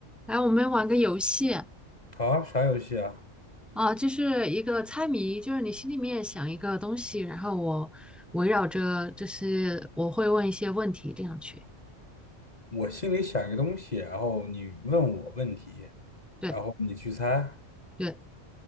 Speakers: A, in the centre; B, on the left.
A: 来，我们玩个游戏
B: 好啊，啥游戏啊？
A: 啊，就是一个猜谜，就是你心里面想一个东西，然后我围绕着，就是我会问一些问题，这样去。
B: 我心里想一个东西，然后你问我问题，
A: 对
B: 然后你去猜。
A: 对